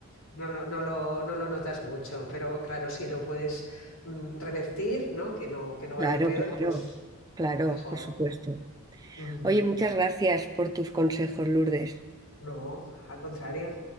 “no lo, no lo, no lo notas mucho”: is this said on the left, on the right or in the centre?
Left